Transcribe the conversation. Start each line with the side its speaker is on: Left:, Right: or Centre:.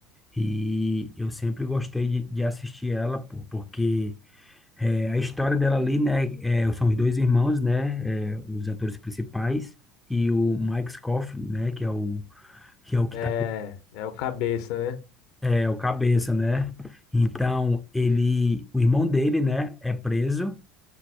Centre: E eu sempre gostei de, de assistir ela, pô, porque... É, a história dela ali, né, é, são os dois irmãos, né, é, os atores principais e o Mike Scofield, né, que é o que é o que
Left: É,
Centre: tá,
Left: é o cabeça, né?
Centre: é o cabeça, né? Então, ele, o irmão dele, né, é preso